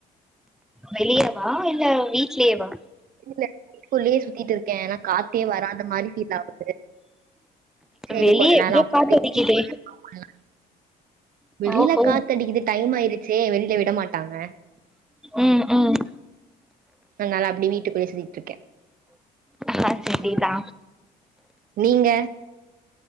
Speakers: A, in the centre; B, on the right.
A: வெளியவா இல்ல வீட்லயேவா
B: வீட்டுக்குள்ளயே சுத்திட்ருக்கே ஏன்னா காத்தே வராத மாரி ஃபீல் ஆவுது செரி
A: வெளிய
B: கொஞ்ச நேரோ
A: எவ்ளோ காத்தடிக்குதே
B: பேசிட்டு <inaudible> வெளில
A: ஓஹோ
B: காத்தடிக்குது டைம் ஆயிருச்சே வெளியில விட மாட்டாங்க
A: ம் ம்
B: அதனால அப்டி வீட்டுக்குள்ளயே சுத்திட்ருக்க
A: காத்தடிக்குதா
B: நீங்க